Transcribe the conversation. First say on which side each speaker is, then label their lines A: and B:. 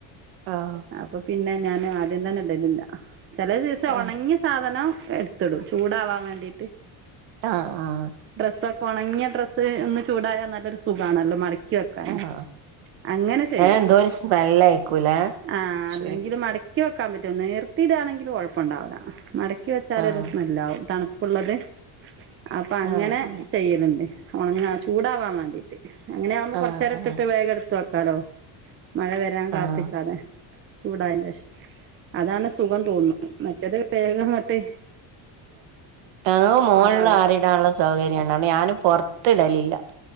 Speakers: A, on the right (about 70°); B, on the right (about 25°).
A: ആഹ്
B: അപ്പൊ പിന്നെ ഞാന് ആദ്യം തന്നെ ഇടലില്ല. ചെല ദിവസം
A: ആഹ്
B: ഒണങ്ങിയ സാധനം എടുത്തിടും ചൂടാവാൻ വേണ്ടീട്ട്.
A: ആഹ് ആഹ്
B: ഡ്രസ്സൊക്കെ ഒണങ്ങിയട് ഡ്രസ്സ് ഒന്ന് ചൂടായ നല്ലൊരു സുഖാണല്ലോ മടക്കി വെക്കാന്.
A: ആഹ്
B: അങ്ങനെ ചെയ്യും
A: ഏഹ് എന്തോ ഒരു സ്മെല്ലായിക്കൂലേ
B: ആഹ്
A: ശരിക്ക്
B: അല്ലെങ്കില് മടക്കി വെക്കാൻ പ നീർത്തിടാണെങ്കില് കൊഴപ്പണ്ടാവൂല മടക്കി വെച്ചാലൊരു
A: ആഹ്
B: സ്മെല്ലാവും തണു പ്പ്ള്ളത് അപ്പ അങ്ങനെ
A: ആഹ് ആഹ്
B: ചെയ്യല്ണ്ട് ഒണങ്ങാ ചൂടാവാൻ വാണ്ടിട്ട്. അങ്ങനെയാവുമ്പോ
A: ആഹ്
B: കൊറച്ചേരം
A: ആഹ്
B: ഇട്ടിട്ട് വേഗം ഇട്ത്ത് വെക്കാലോ മഴ വരാൻ കാത്ത്ക്കാതെ.
A: ആഹ്
B: ചൂടായൻ്റെഷം അതാണ് സുഖം തോന്നുന്നു മറ്റത് വേഗംങ്ട്ട്
A: തണവ് മോളിൽ
B: ഭാഗം
A: ആറിടാൻള്ള സൗകര്യം ആണ് അതോണ്ട് ഞാനും പൊറത്ത് ഇടലില്ല.